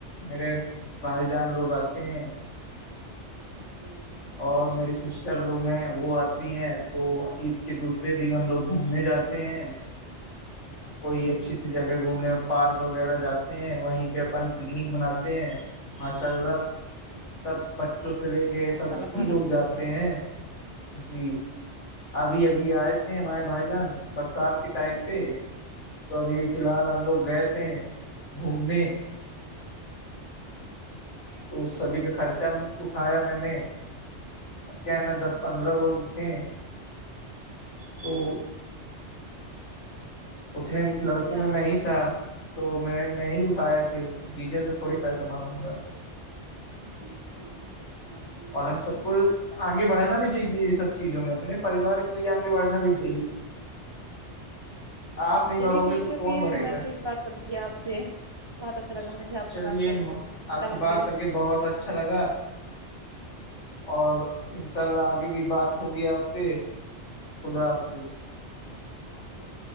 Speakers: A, on the left; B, on the right.
A: میرے بھائی جان لوگ آتے ہیں
B: جی
A: اور
B: ماشاء
A: میری
B: اللہ
A: سسٹر لوگ ہیں وہ آتی ہیں تو عید کہ دوسرے دن ہم لوگ گھومنے جاتے ہیں کوئی
B: جی
A: اچھی سی جگہ گھومنے پارک وغیرہ جاتے ہیں وہیں پہ اپن پکنک مناتے ہیں ماشاء اللہ
B: جی
A: سب بچوں سے لے کے سب
B: ماشاء اللہ
A: بھی
B: بہت
A: لوگ
B: اچھی
A: جاتے
B: بات ہے
A: ہیں جی ابھی ابھی آئے تھے ہمارے بھائی جان برسات کے ٹائم
B: جی
A: پہ تو ابھی فی الحال ہم لوگ گئے تھے گھومنے
B: ہاں
A: تو اس سبھی کا خرچہ اٹھایا میں نے اب کیا ہے نا
B: جی
A: دس پندرہ لوگ تھے تو اس نے
B: چلیے
A: لڑکوں
B: مجھے
A: میں
B: آپ
A: میں ہی تھا تو میں میں ہی اٹھایا پھر جی جے سے تھوڑی پیسہ مانگوں گا
B: جی سر بہت اچھی بات ت آ
A: اور
B: اپ
A: ہم
B: چلیے
A: سب کو
B: مجھے آپ سے بات
A: آگے
B: کر
A: بڑھنا
B: بہت
A: بھی
B: اچھا
A: چاہیے
B: لگ رہا
A: یہ سب چیزوں میں اپنے پریوار کے لیے آگے بڑھنا بھی چاہیے آپ نہیں بڑھو
B: چلیے ٹھیک
A: گے تو
B: ہے
A: کون
B: پھر
A: بڑھے
B: میں
A: گا
B: پھر بات کروں یہ آپ سے بہت اچھا لگا مجھے آپ
A: چلیے
B: سے بات کر کے اللہ
A: آپ سے
B: حافظ
A: بات کر کے بہت اچا اچھا لگا اور ان شاء اللہ آگے بھی بات ہوگی آپ سے خدا
B: جی
A: حافظ
B: اللہ حافظ